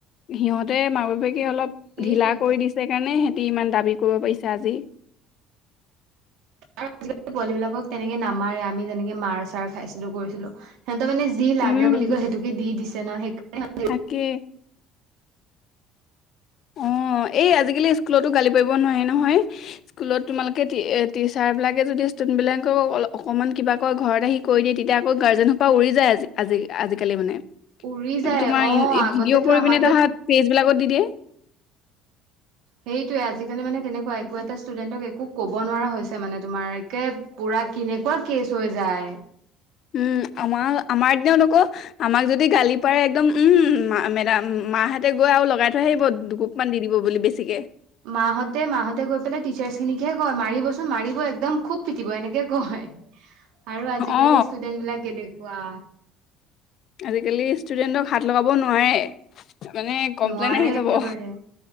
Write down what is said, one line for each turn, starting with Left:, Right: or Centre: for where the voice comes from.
Left: সিহঁতে মাক বাপেকে অলপ,
Right: সেইটোৱেটো
Left: ঢিলা কৰি দিছে কাৰণে সিহঁতি ইমান দাবী কৰিব পাৰিছে আজি।
Right: আজিকালি পোৱালী বিলাকক তেনেকে নামাৰে, আমি যেনেকে মাৰ চাৰ খাইছিলোঁ, কৰিছিলোঁ। সিহঁতৰ মানে যি লাগে
Left: উম
Right: বুলি কয়, সেইটোকে দিছে ন' সেইকাৰণ
Left: তাকে। অ', এই আজিকালি স্কুলতো গালি পাৰিব নোৱাৰে নহয়। স্কুলত তোমালোকে টিচাৰ বিলাকে যদি, ষ্টুডেন্ট বিলাকক অকমান কিবা ঘৰত আহি কৈ দিয়ে তেতিয়া, আকৌ গাৰ্জেনসোপা উৰি যায় আজি-আজি আজিকালি মানে। এই,
Right: উৰি যায়
Left: তোমাৰ
Right: অ আগতেতো
Left: ভিডিঅ' কৰি
Right: আমাকে
Left: পিনে তাৰ পিছত পেজ বিলাকত দি দিয়ে।
Right: সেইটোৱে আজিকালি মানে তেনেকুৱাই, একো এটা ষ্টুডেণ্টক একো ক'ব নোৱাৰা হৈছে মানে তোমাৰ, একে পুৰা, কেনেকুৱা কেচ হৈ যায়।
Left: উম, আমাৰ-আমাৰ দিনত আকৌ আমাক যদি গালি পাৰে একদম উম, মেডাম মাহঁতে গৈ আৰু লগাই থৈ আহিব, দুু কুপ, মান দি দিব বুলি বেছিকে।
Right: মাহঁতে, মাহঁতে গৈ পেলাই টিচাৰ্চ খিনিকহে কয়, মাৰিবচোন মাৰিব একদম খুব পিটিব, এনেকে কয়। আৰু আজিকালি
Left: অ
Right: ষ্টুডেন্ট বিলাক কেনেকুৱা?
Left: আজিকালি ষ্টুডেন্টক হাত লগাব নোৱাৰে মানে কমপ্লেইন
Right: নোৱাৰে
Left: আহি যাব।
Right: একেবাৰে